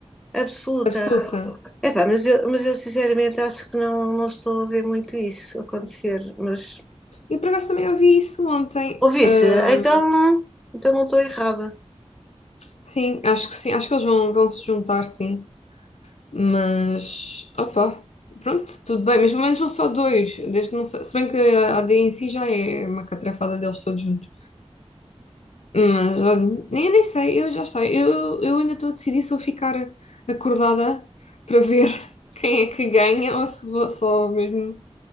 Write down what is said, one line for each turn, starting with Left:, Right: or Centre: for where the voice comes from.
Centre: absoluta.
Left: absoluta.
Centre: Epá, mas eu, mas eu sinceramente acho que não, não estou a ver muito isso acontecer. Mas
Left: E por acaso também ouvi isso ontem.
Centre: ouviste?
Left: Ahm,
Centre: Então, então não estou errada.
Left: sim, acho que sim, acho que eles vão, vão se juntar, sim. Mas, opá, pronto, tudo bem. Mas pelo menos são só dois. Desde não sei, se bem que a AD em si já é uma catrafada deles todos juntos. Mas olha, eu nem sei, eu já sei. Eu, eu ainda estou a decidir se vou ficar acordada para ver <laughs> quem é que ganha ou se vou só mesmo